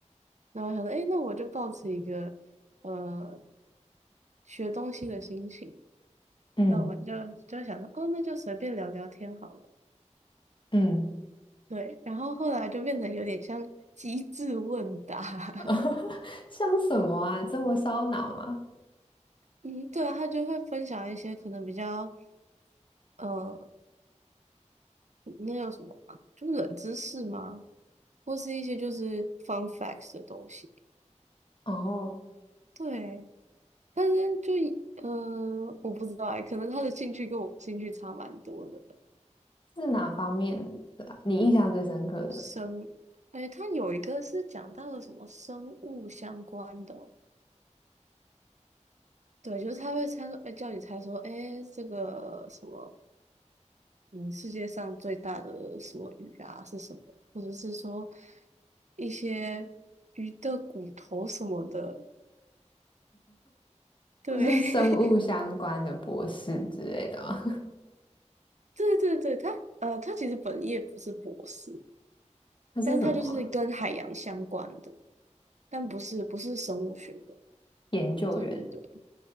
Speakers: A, on the right; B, on the left.
A: 然后我想说，哎，那我就抱持一个呃学东西的心情，
B: 嗯
A: 那我们就就想说，哦，那就随便聊聊天好了。
B: 嗯，
A: 对，然后后来就变得有点像机智问答。<laughs>
B: <laughs> 像什么啊？这么烧脑吗？
A: 嗯，对啊，他就会分享一些可能比较呃，那叫什么啊就是冷知识吗？或是一些就是 fun facts 的东西。
B: 哦，
A: 对，但是就呃，我不知道哎，可能他的兴趣跟我兴趣差蛮多的。
B: 是哪方面的啊你印象最深刻的？
A: 生，哎，它有一个是讲到了什么生物相关的哦对，就是他会猜说，哎，叫你猜说，哎，这个什么，嗯，世界上最大的什么鱼啊是什么，或者是说一些鱼的骨头什么的，对，
B: 是生物相关的博士之类的吗？<laughs>
A: <laughs> 对对对，他呃，他其实本业不是博士，
B: 他是什么啊
A: 但他就是跟海洋相关的，但不是不是生物学的，
B: 研究员，
A: 对对对，